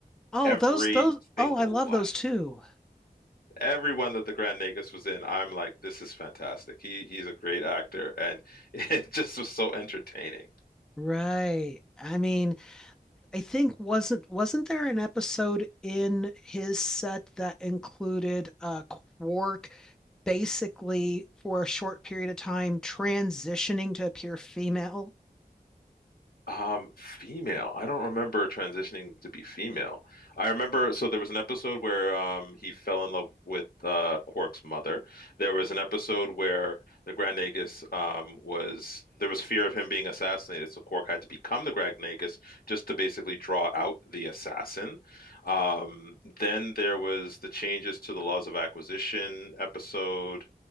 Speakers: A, in the centre; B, on the left.
A: Oh,
B: Every
A: those those
B: single
A: oh, I love
B: one.
A: those too.
B: everyone that the Grand Nagus was in, I'm like, this is fantastic. He he's a great actor, and <laughs> it just was so entertaining.
A: Right. I mean, I think wasn't wasn't there an episode in his set that included uh Quark basically for a short period of time transitioning to appear female?
B: Um, female. I don't remember transitioning to be female. I remember so there was an episode where um he fell in love with uh Quark's mother. There was an episode where the Grand Nagus um was there was fear of him being assassinated, so Quark had to become the Grand Nagus just to basically draw out the assassin. Um then there was the changes to the laws of acquisition episode